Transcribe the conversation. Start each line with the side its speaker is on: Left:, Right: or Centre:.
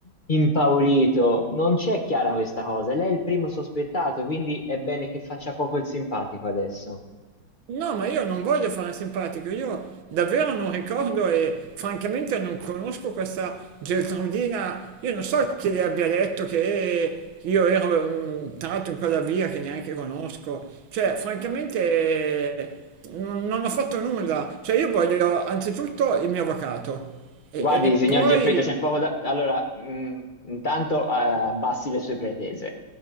Left: impaurito. Non c'è chiara questa cosa. Lei è il primo sospettato, quindi è bene che faccia poco il simpatico adesso.
Right: No, ma io non voglio fare simpatico, io davvero non ricordo e francamente non conosco questa Geltrudina, io non so chi le abbia detto che io ero mm, tratto in quella via che neanche conosco, cioè francamente eh, non, non ho fatto nulla, cioè io voglio anzitutto il mio avvocato e,
Left: Guardi,
Right: e poi,
Left: signor Geppetto, c'è poco da... Allora, mh, intanto eh, abbassi le sue pretese,